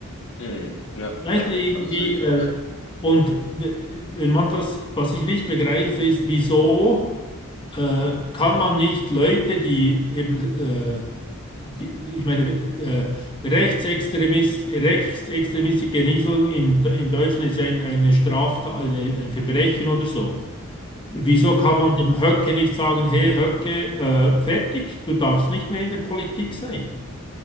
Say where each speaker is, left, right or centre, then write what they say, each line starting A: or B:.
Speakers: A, on the left; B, on the left.
A: Mhm, ja,
B: Weißt
A: ja.
B: du, irgendwie,
A: Also sehe ich
B: äh,
A: auch so.
B: und w- wenn man das, was ich nicht begreife, ist, wieso äh, kann man nicht Leute, die eben äh, die, ich meine, äh, Rechtsextremist, rechtsextremistische Genesung in, in Deutschland ist ja ein, eine Straftat, eine, ein Verbrechen oder so. Wieso
A: Mhm.
B: kann man dem Höcke nicht sagen, hey Höcke, äh, fertig, du darfst nicht mehr in der Politik sein?